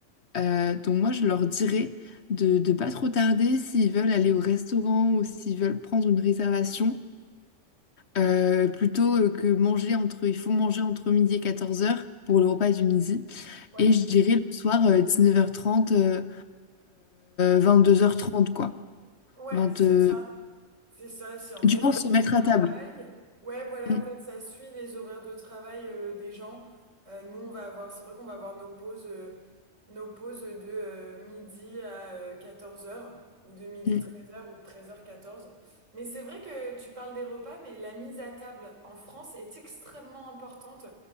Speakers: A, on the left; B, on the right.
A: Euh, donc moi, je leur dirais de ne pas trop tarder s'ils veulent aller au restaurant ou s'ils veulent prendre une réservation, euh, plutôt euh, que manger entre... Il faut manger entre midi et quatorze heures pour le repas du midi.
B: Ouais,
A: Et je dirais le soir, euh, 19 h vingt-deux heures trente quoi.
B: ouais,
A: 20.
B: c'est
A: euh,
B: ça. C'est ça, c'est en
A: du
B: fait
A: moins, se
B: après
A: mettre
B: le travail.
A: à table.
B: Ouais, voilà,
A: Mm,
B: en fait, ça suit les horaires de travail euh, des gens. Euh, nous, on va avoir, c'est vrai qu'on va avoir nos pauses, euh, nos pauses de euh, midi à 14 heures ou de midi
A: mm,
B: 13 heures ou de 13h 14. Mais c'est vrai que tu parles des repas, mais la mise à table en France est extrêmement importante